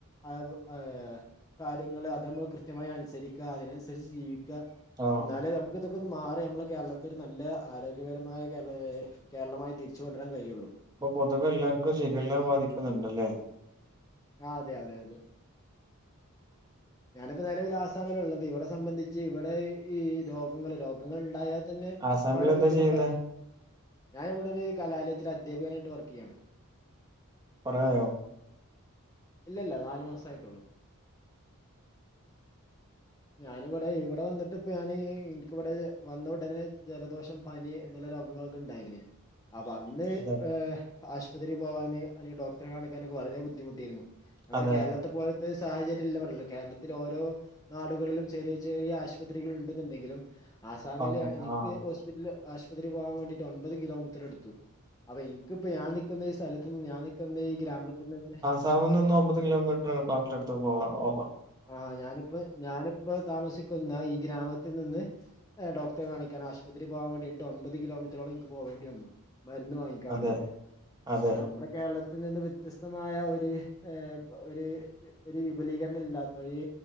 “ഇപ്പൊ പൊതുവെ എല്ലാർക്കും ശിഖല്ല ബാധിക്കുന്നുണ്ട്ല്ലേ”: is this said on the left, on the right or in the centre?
Right